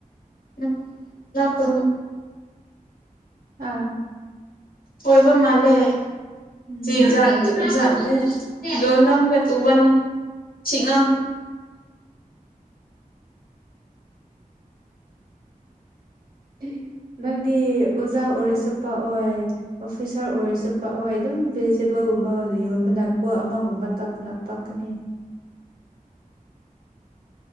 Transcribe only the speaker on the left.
ꯎꯝ ꯂ ꯈꯨ
ꯍꯣꯏꯕ ꯃꯥꯂꯦ
ꯁꯤ ꯣꯟꯗꯝ ꯍ ꯇꯨꯕꯅꯤꯤꯉꯝ